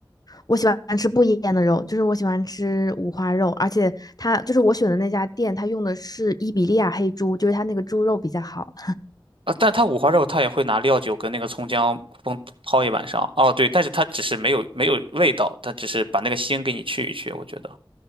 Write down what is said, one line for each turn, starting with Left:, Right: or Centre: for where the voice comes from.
Left: 我喜欢吃不腌的肉，就是我喜欢吃五花肉，而且它就是我选的那家店，它用的是伊比利亚黑猪，就是它那个猪肉比较好。
Right: 啊，但他五花肉他也会拿料酒跟那个葱姜烹泡一晚上。哦，对，但是他只是没有没有味道，他只是把那个腥给你去一去，我觉得。